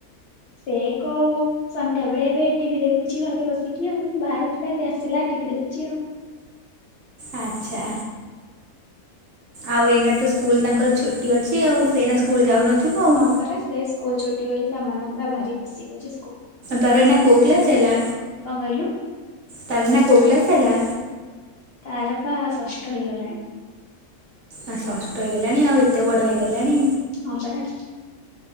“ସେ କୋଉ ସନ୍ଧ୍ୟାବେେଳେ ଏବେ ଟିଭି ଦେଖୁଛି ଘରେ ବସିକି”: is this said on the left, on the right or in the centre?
Left